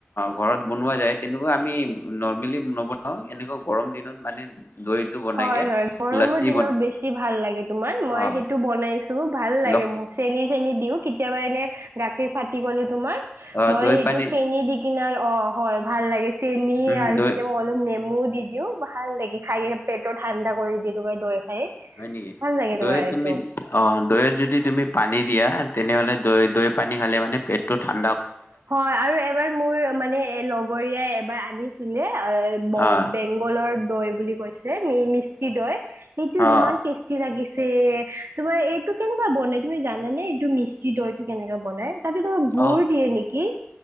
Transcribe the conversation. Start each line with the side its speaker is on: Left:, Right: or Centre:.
Left: ঘৰত বনোৱা যায়। তেনেকুৱা আমি নৰমেলি নবনাওঁ এনেকুৱা গৰম। দিনত মানে। দৈটো বনাইকে
Right: হয় হয় গৰমৰ
Left: লচি
Right: দিনত
Left: বনাই
Right: বেছি ভাল লাগে। তোমাৰ মই
Left: অ
Right: সেইটো বনাইছোঁ ভাল লাগে।
Left: লক্ষী
Right: চেনি চেনি। দিওঁ কেতিয়াবা এনে গাখীৰ ফাটি গ'লে, তোমাৰ
Left: অ
Right: মই
Left: দৈ
Right: সেইটো
Left: পানী
Right: চেনি দিকিনে অ। হয় ভাল লাগে চেনি
Left: উম
Right: আৰু
Left: দৈ
Right: কেতিয়াবা অলপ নেমু দি দিওঁ ভাল লাগে খা‌ই কিনে। পেটটো ঠাণ্ডা কৰি দিয়ে এইটো হ'য় দৈ। খাই
Left: হয় নেকি
Right: ভাল লাগে
Left: দৈত
Right: তোমাৰ এইটো
Left: তুমি অ দৈত যদি তুমি পানী দিয়া। তেনেহ'লে দৈ দৈ পানী খালে মানে পেটটো ঠান্ডা।
Right: হয় আৰু এবাৰ মোৰ মানে লগৰীয়াই এবাৰ আনিছিলে বংগ
Left: অ
Right: বেংগলী। দৈ বুলি কৈ মিষ্টি দৈ সেইটো
Left: অ
Right: ইমান টেষ্টি লাগিছিল। এই, তোমাৰ এইটো কেনেকুৱা বনাই তুমি জানানে, এইটো মিষ্টী দৈটো কেনেকে বনাই? তাতে তোমাৰ গুড়
Left: অ অ
Right: দিয়ে নেকি?